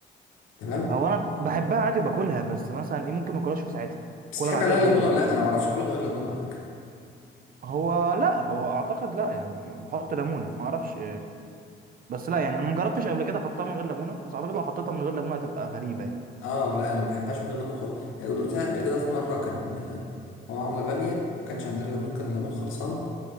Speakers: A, on the left; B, on the right.
A: تمام
B: هو انا بحبها عادي وباكلها بس مثلا ايه ممكن ما اكلهاش في ساعتها
A: بس
B: كلها
A: تحب
B: بعدها
A: عليها الليمون
B: بيوم
A: ولا لا انا ما اعرفش اكلها من غير ليمون على فكره
B: هو لا هو اعتقد لا يعني بحط ليمونه ما اعرفش بس لا يعني انا مجربتش قبل كده احطها من غير ليمونه بس اعتقد لو حطيتها من غير ليمونه هتبقى غريبه يعني
A: اه لا انا ما بحبهاش من غير ليمون خالص يعني دقتها قبل كده في مره كان آه، ماما عامله باميه وما كانش عندنا ليمون كان الليمون خلصان